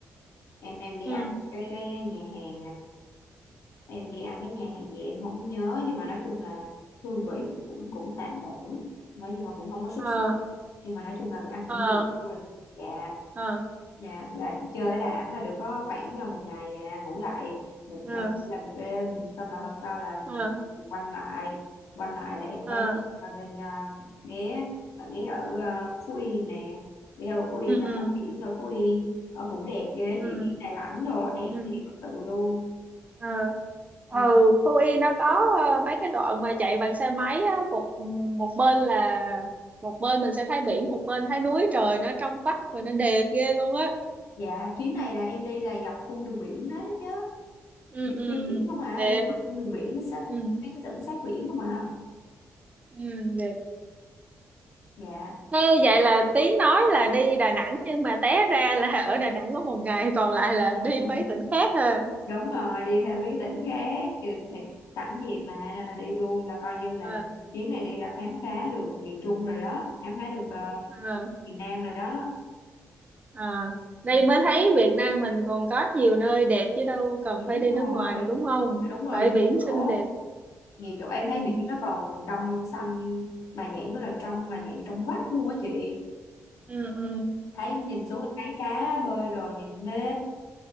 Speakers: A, on the left (about 75°); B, on the right (about 25°).
A: em em đi
B: ừ
A: ăn cái cái nhà hàng à. em đi ăn cái nhà hàng gì em không nhớ nhưng mà nói chung là hương
B: ừ
A: vị thì cũng cũng tạm ổn nói chung là cũng không có xuất
B: ờ
A: sắc nhưng mà nói chung là ăn
B: ờ
A: cũng được luôn dạ
B: ờ
A: Dạ, là chơi ở Đà Nẵng là được có khoảng ờ, một ngày à, ngủ lại một
B: ờ
A: ờ, là một đêm xong là hôm sau là
B: ờ
A: bắt đầu quanh lại quanh lại là em
B: ờ
A: có ở bên à, ghé ở ghé ở ờ, Phú Yên nè ghé ở Phú Yên
B: ừ
A: là
B: ừ
A: tắm biển ở Phú Yên ở cũng đẹp ghê
B: ừ
A: chị biển Đà Nẵng rồi đẹp
B: ừ
A: thiệt sự luôn
B: ờ. ừ
A: Ừ.
B: Phú Yên nó có ờ, mấy cái đoạn mà chạy bằng xe máy á, một một bên là một bên mình sẽ thấy biển một bên thấy núi trời nó trong vắt và nó đẹp ghê luôn á
A: dạ chuyến này là em đi là dọc cung đường biển hết đó chứ
B: ừ
A: đi,
B: ừ
A: đi biển không à
B: đẹp
A: đi dọc cung đường biển sát
B: ừ
A: mấy cái tỉnh sát biển không à
B: ừ đẹp
A: dạ
B: Thế vậy là Tiến nói là đi Đà Nẵng nhưng mà té ra là <laughs> ở Đà Nẵng có một ngày còn lại
A: <laughs>
B: là đi mấy tỉnh khác ha
A: đúng rồi đi theo mấy cái tỉnh khác Rồi thì sẵn dịp mà nên là đi luôn là coi như là
B: à,
A: chuyến này đi là khám phá được miền Trung rồi đó khám phá được ờ,
B: à,
A: miền Nam rồi đó
B: à. đây
A: ừ,
B: mới thấy Việt Nam mình còn có nhiều nơi đẹp chứ đâu cần phải
A: đúng
B: đi nước
A: rồi
B: ngoài đâu đúng không
A: À, đúng rồi
B: bãi biển
A: nhiều chỗ
B: xinh đẹp
A: nhiều chỗ em
B: ừ
A: thấy biển nó còn trong xanh mà nhãn nó là trong mà nhãn trong vắt luôn á chị
B: ừ ừ
A: thấy nhìn xuống thấy cá bơi rồi nhìn mê